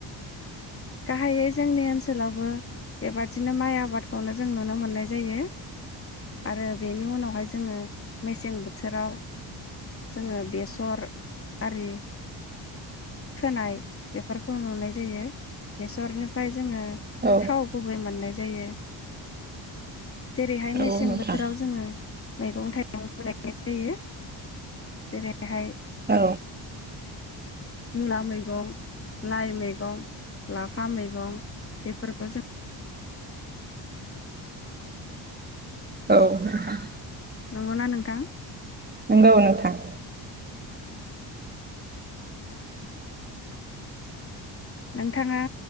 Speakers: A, on the left (about 30°); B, on the right (about 20°).
A: गाहायै जोंनि ओनसोलावबो बेबादिनो माइ आबादखौनो जों नुनो मोननाय जायो आरो बेनि उनावहाय जोङो मेसें बोथोराव जोङो बेसर आरि फोनाय बेफोरखौ नुनाय जायो बेसरनिफ्राय जोङो
B: औ
A: थाव गुबै मोननाय जायो जेरैहाय
B: औ
A: मेसें
B: नोंथां
A: बोथोराव जोङो मैगं थाइगंबो गायनाय जायो जेरैहाय
B: अ
A: मुला मैगं लाइ मैगं लाफा मैगं बेफोरबो जों
B: औ नोंथां।
A: नंगौ ना नोंथां।
B: नोंगौ नोंथां।
A: नोंथाङा